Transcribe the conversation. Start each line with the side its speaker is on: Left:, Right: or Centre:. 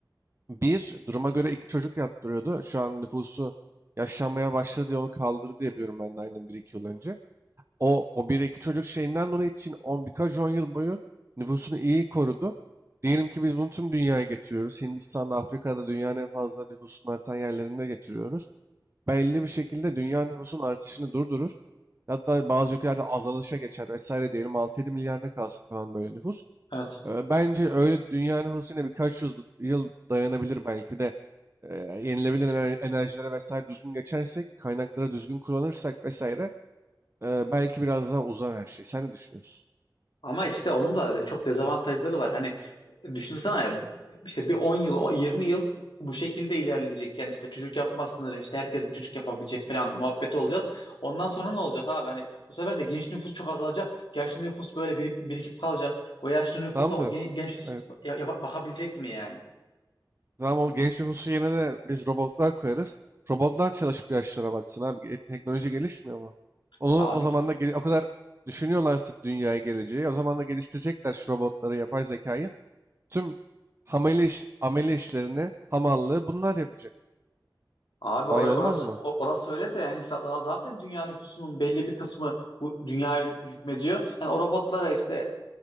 Right: Bir, duruma göre iki çocuk yaptırıyordu. Şu an nüfusu yaşlanmaya başladı diye onu kaldırdı diye biliyorum ben de aynen bir iki yıl önce. O, o bir iki çocuk şeyinden dolayı için on birkaç on yıl boyu nüfusunu iyi korudu. Diyelim ki biz bunu tüm dünyaya getiriyoruz. Hindistan'da, Afrika'da dünyanın en fazla nüfusunun artan yerlerinde getiriyoruz. Belli bir şekilde dünya nüfusun artışını durdurur. Hatta bazı ülkelerde azalışa geçer vesaire diyelim 6-7 milyarda kalsın falan böyle nüfus.
Left: Evet.
Right: Eee, Bence öyle dünyanın huzusuyla birkaç yüz yıl dayanabilir belki. Bir de eee, yenilebilir ener- enerjilere vesaire düzgün geçersek, kaynakları düzgün kullanırsak vesaire eee, belki biraz daha uzar her şey. Sen ne düşünüyorsun?
Left: Ama işte onun da çok dezavantajları var. Hani düşünsene ya işte bir 10 yıl, o 20 yıl bu şekilde ilerleyecek. Yani işte çocuk yapma sınırı, işte herkes bir çocuk yapabilecek falan muhabbeti olacak. Ondan sonra ne olacak abi? Hani bu sefer de genç nüfus çok azalacak. Yaşlı nüfus böyle birik- birikip kalacak. O yaşlı nüfusa
Right: Tamam
Left: o
Right: da
Left: gen- genç nüfus
Right: evet.
Left: ya- yapa- bakabilecek mi yani?
Right: Tamam o genç nüfusu yerine de biz robotlar koyarız. Robotlar çalışıp yaşlara baksın abi. E, teknoloji gelişmiyor mu? Onu
Left: Abi
Right: o zaman da gel- o kadar düşünüyorlarsa dünyaya geleceği o zaman da geliştirecekler şu robotları, yapay zekayı. Tüm amele, iş, amele işlerini, hamallığı bunlar yapacak.
Left: abi
Right: Daha
Left: or-
Right: iyi olmaz
Left: orası
Right: mı?
Left: o- orası öyle de yani işte zaten dünya nüfusunun belli bir kısmı bu dünyaya hükmediyor. Yani o robotlara işte